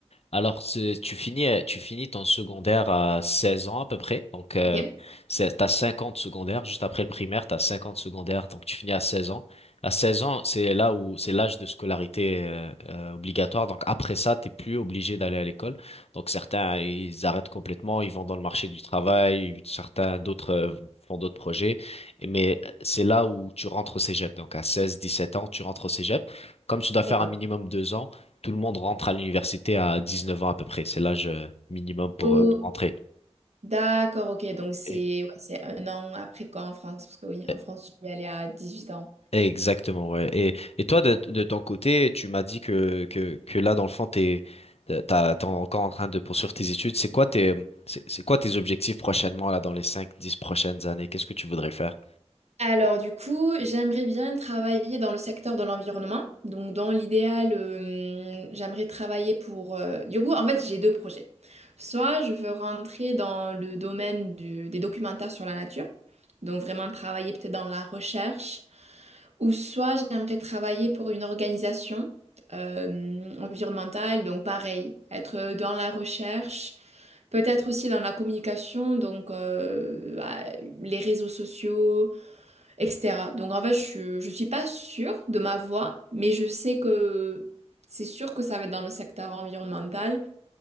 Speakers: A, on the left (about 65°); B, on the right (about 75°).
A: Alors, c'est- tu finis, euh, tu finis ton secondaire à 16 ans à peu près. Donc, euh,
B: Ok,
A: c'est- t'as 50 secondaires. Juste après le primaire, t'as 50 secondaires. Donc, tu finis à 16 ans. À 16 ans, c'est là où c'est l'âge de scolarité euh, euh, obligatoire. Donc, après ça, t'es plus obligé d'aller à l'école. Donc, certains, ils arrêtent complètement. Ils vont dans le marché du travail. Certains, d'autres euh, font d'autres projets. Et- Mais euh, c'est là où tu rentres au cégep. Donc, à 16, 17 ans, tu rentres au cégep. Comme tu dois faire
B: d'accord.
A: un minimum deux ans, tout le monde rentre à l'université à 19 ans à peu près. C'est l'âge euh, minimum pour,
B: Oh,
A: euh, pour rentrer.
B: d'accord, ok. Donc c'est
A: Et-
B: ouais, c'est un an après quoi en France? Parce que oui,
A: et-
B: en France, tu peux y aller à 18 ans.
A: Exactement, ouais. Et, et toi, de, de ton côté, tu m'as dit que, que, que là, dans le fond, t'es, t'as, t'as- t'es encore en train de poursuivre tes études. C'est quoi tes, c'est c'est quoi tes objectifs prochainement, là, dans les cinq dix prochaines années? Qu'est-ce que tu voudrais faire?
B: Alors du coup, j'aimerais bien travailler dans le secteur de l'environnement. Donc dans l'idéal, euh, j'aimerais travailler pour... euh, Du coup, en fait, j'ai deux projets. Soit je veux rentrer dans le domaine du- des documentaires sur la nature, donc vraiment travailler peut-être dans la recherche, ou soit j'aimerais travailler pour une organisation euh, environnementale, donc pareil, être dans la recherche. Peut-être aussi dans la communication, donc euh, bah, les réseaux sociaux, etc. Donc en fait, je, je suis pas sûre de ma voie, mais je sais que c'est sûr que ça va être dans le secteur environnemental,